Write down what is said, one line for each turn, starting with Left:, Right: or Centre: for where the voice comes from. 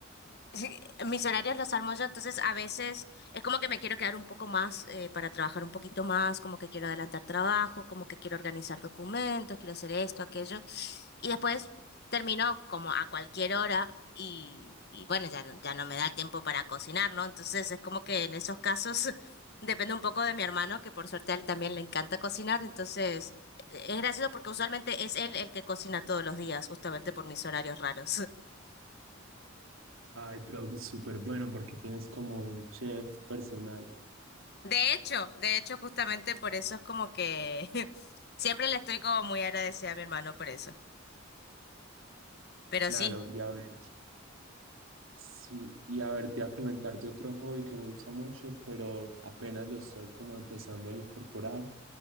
Left: Sí, mis horarios los armo yo, entonces a veces es como que me quiero quedar un poco más eh, para trabajar un poquito más, como que quiero adelantar trabajo, como que quiero organizar documentos, quiero hacer esto, aquello. Y después termino como a cualquier hora y, y bueno, ya, no- ya no me da el tiempo para cocinar, ¿no? Entonces es como que en esos casos <laughs> depende un poco de mi hermano, que por suerte a él también le encanta cocinar, entonces e, e, es gracioso porque usualmente es él el que cocina todos los días, justamente por mis horarios raros. <laughs>
Right: Ay, pero súper bueno porque tienes como un chef personal.
Left: De hecho, de hecho, justamente por eso es como que <laughs> siempre le estoy como muy agradecida a mi hermano por eso. Pero
Right: Claro,
Left: sí.
Right: y a ver, sí, y a ver, te voy a comentar de otro hobby que me gusta mucho, pero apenas lo estoy como empezando a incorporar,